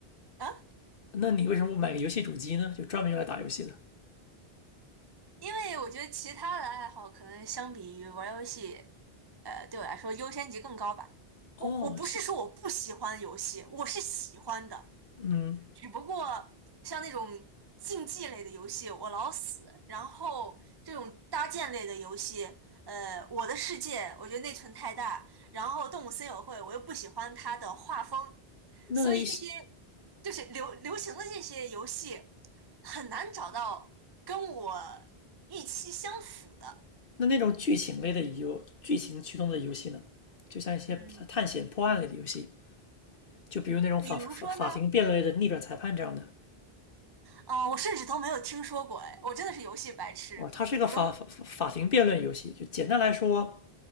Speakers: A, on the right; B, on the left.
A: 啊？
B: 那你为什么不买个游戏主机呢？就专门用来打游戏的？
A: 因为我觉得其他的爱好可能相比于玩游戏，呃，对我来说优先级更高吧。
B: 哦，
A: 我我不是说我不喜欢游戏，
B: 行，
A: 我是喜欢的，
B: 嗯，
A: 只不过像那种竞技类的游戏我老死，然后这种搭建类的游戏，呃，我的世界我觉得内存太大，然后动物森友会我又不喜欢它的画风，
B: 那一些
A: 所以这些就是流流行的这些游戏，很难找到跟我预期相符的。
B: 那那种剧情类的游，剧情驱动的游戏呢，就像一些探险破案类的游戏，
A: 嗯，
B: 就比如那种法法法庭辩论类的逆转裁判这样的。
A: 比如说呢，啊、我甚至都没有听说过，哎，我真的是游戏白痴，
B: 哦，它是一个法法法庭辩论游戏，
A: 我都，
B: 就简单来说，